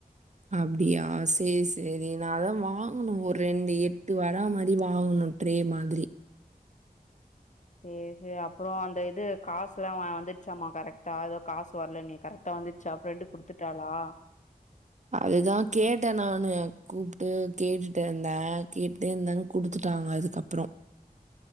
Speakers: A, on the right (about 50°); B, on the left (about 50°).
A: அப்டியா சேர் சேரி நாதான் வாங்கணும் ஒரு ரெண்டு எட்டு வர மாரி வாங்கணும் ட்ரே மாதிரி
B: சேர் சேர் அப்பறோ அந்த இது காசுலாம் வந்துடுச்சாம்மா கரெக்ட்டா ஏதோ காசு வரல நீ கரெக்ட் ட்டா வந்துச்சா ஃப்ரெண்ட் குடுத்துட்டாளா
A: அதுதான் கேட்டேன் நானு கூப்ட்டு கேட்டுட்டே இருந்தே கேட் டே இருந்தாங்க குடுத்துட்டாங்க அதுக்கப்பறோ